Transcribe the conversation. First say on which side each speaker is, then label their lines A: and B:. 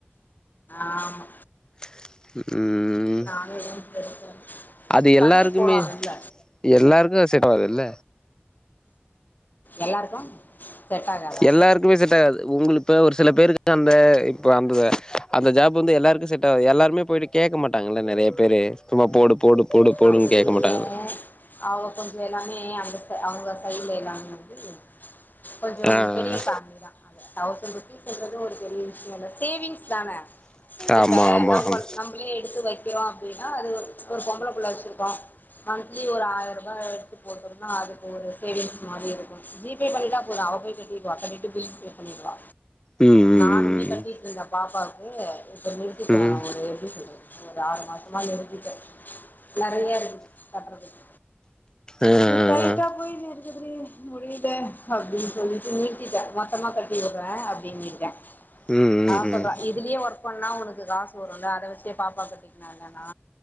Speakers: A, on the left; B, on the left.
A: ஆமா
B: ம் ம்
A: <unintelligible>
B: அது
A: சண்டே
B: எல்லாருக்குமே
A: போகலாம் வெளில
B: எல்லாருக்கு செட்டாவது இல்ல
A: எல்லாருக்கும் செட் ஆகாதா
B: எல்லாருக்குமே செட் ஆகாது உங்களுப்ப ஒரு சில பேருக்கு அந்த இப்ப அந்த அந்த ஜாப் வந்து எல்லாருக்கு செட்டாவது எல்லாருமே போயிட்டு கேக்க மாட்டாங்கல்ல நெறைய பேரு சும்மா போடு போடு போடு போடுன்னு
A: அப்புடி
B: கேட்க
A: இல்ல
B: மாட்டாங்கல்ல
A: அவ கொஞ்சொ எல்லாமே அவளுக் கு அவுங்கள கைல எல்லாமே வந்து கொஞ்சம்
B: ஆ
A: பெரிய ஃபேமிலி தா அது தவுஸன்ருப்பிஸ் இதுவு ஒரு பெரிய விஷ்யொல்ல சேவிங்ஸ் தான
B: ஆமா
A: இப்ப
B: ஆமா
A: நம்ப
B: ஆமா
A: நம்பளே எடுத்து வை க்கிறோ அப்டின்னா அது ஒரு பொம்பள புள்ள வச்சுருக்கோ மன்த்லி ஒரு ஆயருபா எடுத்து போட்டோம்னா அதுக்கு ஒரு சேவிங்ஸ் மாரி இருக்கும் ஜி பே பண்ணிட்டா போது அவ போய் கட்டிடுவா கட்டிட்டு பில் பே பண்ணிடுவா
B: ம் ம்
A: நானுமே கட்டிட்ருந்தே பாப்பாவுக்கு இப்ப நிறுத்திட்டே
B: ம் ம் ம்
A: ஒரு எப்டி சொல்றது ஒரு ஆறு மாசமா நிறுத்திட்டே நெறைய இருக்கு கட்றதுக்
B: ஆ
A: <unintelligible>
B: ஆ ஆ
A: விட்டா போய்னு இருக்கதுலே முடியல அப்டின்னு சொல்லிட்டு நீீக்கிட்டே மொத்தமா கட்டி வுர்றே அப்டின்னீட்டே
B: ம் ம்
A: அவ சொல்றா
B: ம்
A: இதுலயே ஒர்க் பண்ணா உனக்கு காசு வருல்ல அத வச்சே பாப்பா கட்டிக்கினாலனா